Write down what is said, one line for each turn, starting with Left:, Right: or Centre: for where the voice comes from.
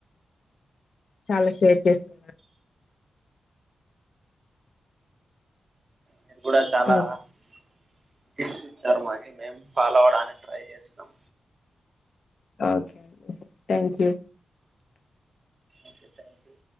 Left: చాలా షేర్ చేస్తారు
Right: మీరు కూడా చాలా
Left: ఓ-
Right: ఆలోచించారు మా మేము ఫాలో అవడానికి ట్రై చేస్తాం
Left: ఓకే అండి thank you
Right: okay thank you